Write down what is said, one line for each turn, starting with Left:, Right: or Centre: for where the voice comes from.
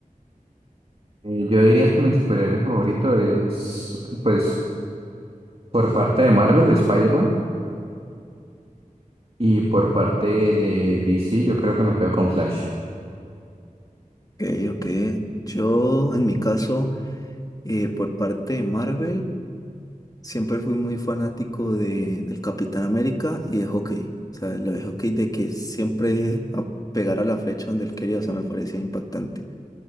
Right: Eh, yo diría que mi superhéroe favorito es, pues, por parte de Marvel, Spider-Man, y por parte de DC, yo creo que me quedo con Flash.
Left: Ok, ok. Yo, en mi caso, eh, por parte de Marvel. Siempre fui muy fanático de, del Capitán América y de hockey. O sea, lo de hockey de que siempre a pegar a la flecha donde él quería, o sea, me parecía impactante.